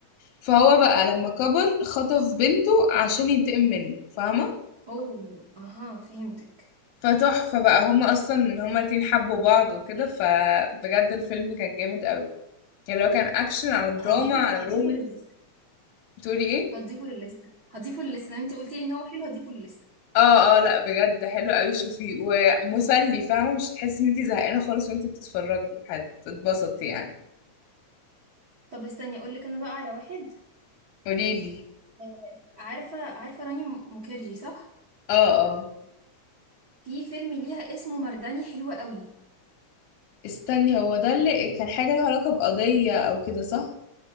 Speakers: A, on the left (about 75°); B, on the right (about 80°).
A: فهو بقى لما كبر خطف بنته عشان ينتقم منه فاهمة
B: اوه اها فهمتك
A: فتحفة بقى هما اصلا هما الاتنين حبوا بعض وكده فبجد الفيلم كان جامد قوي يعني لو كان اكشن على دراما
B: هضيفه
A: على
B: هضيفه
A: رومانس
B: للليسته
A: بتقولي ايه
B: هضيفه للليسته هضيفه للليسته لما انت قلتي لي ان هو حلو هضيفه للليسته
A: اه اه لا بجد حلو قوي شوفي ومسلي فاهمة مش هتحسي ان انتي زهقانة خالص وانتي بتتفرجي هتتبسطي يعني
B: طب استني اقول لك انا بقى على واحد
A: قوليلي
B: آه، عارفه عارفه راني م- مukherjee صح
A: اه اه
B: في فيلم ليها اسمه مرداني حلو قوي
A: استني هو ده اللي كان حاجة لها علاقة بقضية او كده صح